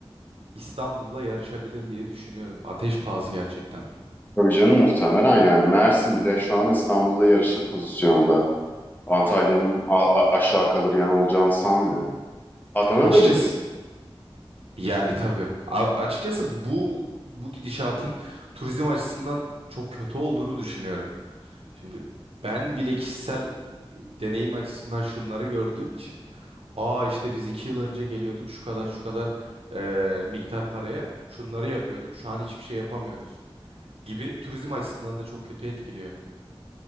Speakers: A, on the right; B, on the left.
A: İstanbul'la yarışabilir diye düşünüyorum. Ateş pahası gerçekten.
B: Tabii canım muhtemelen yani Mersin bile şu an İstanbul'la yarışır pozisyonda. Antalya'nın a- a- aşağı kalır yanı olacağını sanmıyorum. Adana'da
A: Açıkçası
B: nitekim
A: yani tabii. A- açıkçası bu bu gidişatın turizm açısından çok kötü olduğunu düşünüyorum. Şimdi ben bile kişisel e, deneyim açısından şunları gördüğüm için aa işte biz iki yıl önce geliyorduk şu kadar şu kadar e, miktar paraya şunları yapıyorduk şu an hiçbir şey yapamıyoruz gibi turizm açısından da çok kötü etkiliyor